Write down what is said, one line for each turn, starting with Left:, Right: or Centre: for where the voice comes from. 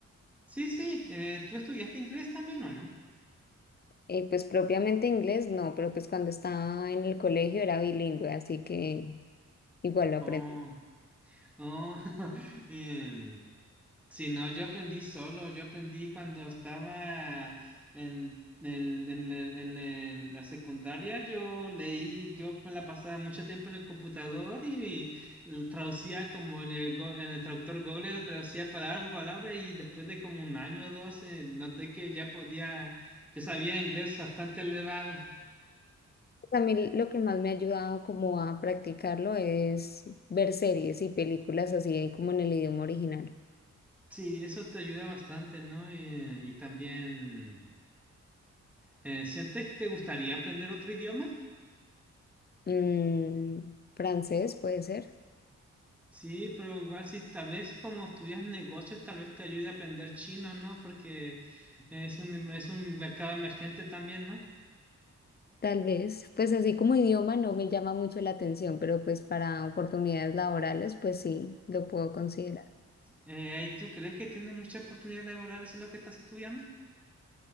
Centre: Sí, sí, eh, ¿tú estudiaste inglés también o no?
Left: Eh, pues propiamente inglés, no, pero pues cuando estaba en el colegio era bilingüe, así que igual lo
Centre: Oh,
Left: aprendí.
Centre: oh, <laughs> em, sí, no, yo aprendí solo, yo aprendí cuando estaba en, el- en el- en el- la secundaria, yo leí, yo me la pasaba mucho tiempo en el computador y, y traducía como en el, go- en el traductor Google, lo traducía palabra por palabra y después de como un año o dos, eh, noté que ya podía, yo sabía inglés bastante elevado.
Left: A mí lo que más me ha ayudado como a practicarlo es ver series y películas así como en el idioma original.
Centre: Sí, eso te ayuda bastante, ¿no? Eh, y también, eh, ¿sientes que te gustaría aprender otro idioma?
Left: Mm, francés puede ser,
Centre: Sí, pero igual si tal vez como estudias negocios, tal vez te ayude a aprender chino, ¿no? Porque es un, em, es un mercado emergente también, ¿no?
Left: tal vez. Pues así como idioma no me llama mucho la atención, pero pues para oportunidades laborales, pues sí, lo puedo considerar.
Centre: Eh, ¿y tú crees que tienes muchas oportunidades laborales en lo que estás estudiando?